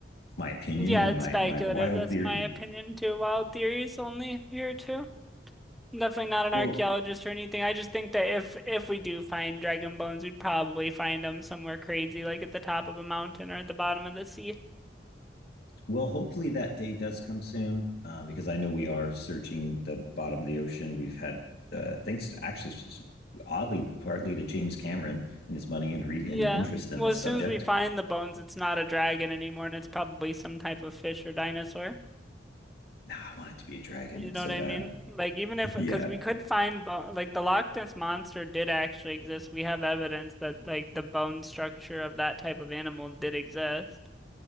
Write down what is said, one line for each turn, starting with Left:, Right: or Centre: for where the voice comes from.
Left: my opinion
Centre: Yeah,
Left: and
Centre: it's
Left: my
Centre: speculative.
Left: my <laughs> wild
Centre: That's
Left: theory.
Centre: my opinion too. Wild theories only here too. I'm definitely not an
Left: Well,
Centre: archaeologist or anything. I just think that if if we do find dragon bones, we'd probably find them somewhere crazy, like at the top of a mountain or at the bottom of the sea.
Left: well, hopefully that day does come soon, um, because I know we are searching the bottom of the ocean. We've had uh, thanks to- actually oddly partly to James Cameron and his money and re-
Centre: Yeah.
Left: and interest in
Centre: Well,
Left: the subject.
Centre: as soon as we find the bones, it's not a dragon anymore, and it's probably some type of fish or dinosaur.
Left: Now I want it to be a dragon
Centre: You know
Left: so
Centre: what I
Left: bad.
Centre: mean? Like even
Left: <laughs>
Centre: if because
Left: yeah,
Centre: we could find bo like the Loch Ness monster did actually exist. We have evidence that like the bone structure of that type of animal did exist.